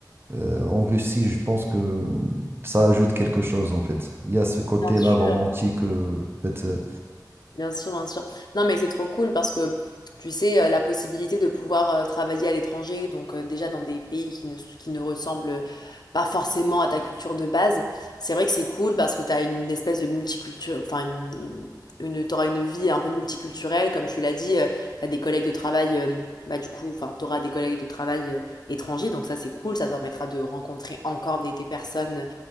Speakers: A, on the right (about 30°); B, on the left (about 70°).
A: euh, en Russie, je pense que ça ajoute quelque chose en fait. Il y a ce côté-là
B: bien sûr.
A: romantique, euh, en fait, euh,
B: Bien sûr, bien sûr. Non, mais c'est trop cool parce que tu sais, euh, la possibilité de pouvoir euh, travailler à l'étranger, donc euh, déjà dans des pays qui ne, qui ne ressemblent pas forcément à ta culture de base, c'est vrai que c'est cool parce que tu as une espèce de multiculture, enfin, une, une, une- t'auras une vie un peu multiculturelle, comme tu l'as dit, tu as des collègues de travail, euh, bah du coup, enfin, t'auras des collègues de travail euh, étrangers, donc ça c'est cool, ça te permettra de rencontrer encore des, des personnes